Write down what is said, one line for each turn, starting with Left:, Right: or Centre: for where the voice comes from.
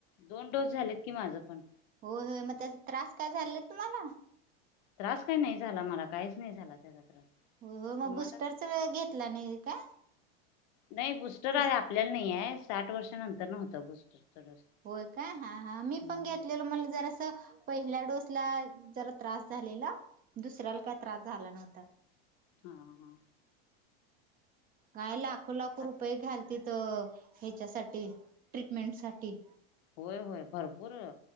Left: दोन डोस झालेत की माझं पण.
Right: होय-होय मग त्याचा त्रास काय झाला तुम्हाला?
Left: त्रास काही नाही झाला मला काहीच नाही झाला त्याचा त्रास.
Right: हो-हो मग
Left: तुम्हाला
Right: बुस्टरचा वे घेतला नाही का?
Left: नाही बुस्टर
Right: तीस
Left: आहे आपल्याला नाही आहे साठ वर्षानंतर न होतं बुस्टरचा डोस.
Right: होय का हा-हा मी
Left: हम्म
Right: पण घेतलेल मला जरा पहिल्या डोसला जरा त्रास झालेला दुसऱ्याला काही त्रास झाला नव्हता
Left: हा-हा
Right: काय लाखो-लाखो
Left: आत-
Right: रुपये घालतील त ह्याच्यासाठी ट्रीटमेंट साठी.
Left: होय-होय भरपूर